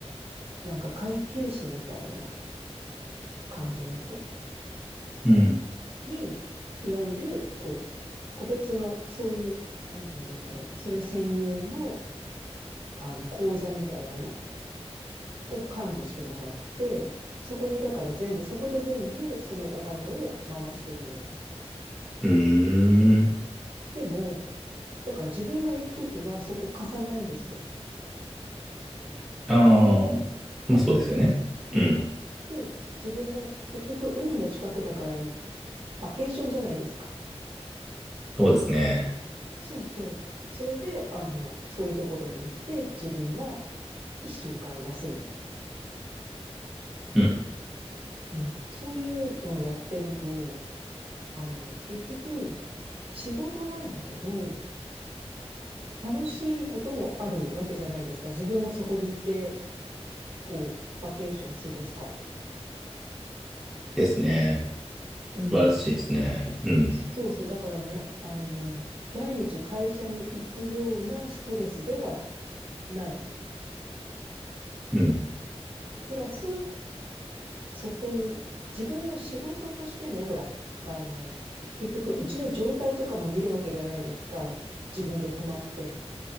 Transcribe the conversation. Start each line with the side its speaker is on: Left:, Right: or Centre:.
Right: なんか会計士みたいな感じの人
Centre: うん。
Right: に、いわゆる、こう、個別の、そういう、なんていうんですかね、それ専用の、あの、講座みたいなのを管理してもらって、そこにだから全部、そこで全部そのお金を回してるんです。
Centre: うーん。
Right: でも、だから自分が行くときはそこ貸さないんですよ。
Centre: ああ、まあそうですよね。
Right: うん。
Centre: うん。
Right: で、自分が結局海の近くだからバケーションじゃないですか。
Centre: そうですね。
Right: そうそう。それで、あの、そういうところに行って自分は一週間休む。
Centre: うん。
Right: うん。そういうのをやってると、あの、結局仕事なんだけど、楽しいこともあるわけじゃないですか。自分もそこに行って、こう、バケーション過ごすから。
Centre: ですね。
Right: うん。
Centre: 素晴らしいですね。うん。
Right: そうそう。だからね、あの、毎日会社に行くようなストレスではない。
Centre: うん。
Right: プラス、そこに自分の仕事としての、ほら、あの、結局、うちの状態とかも見るわけじゃないですか。自分で止まって。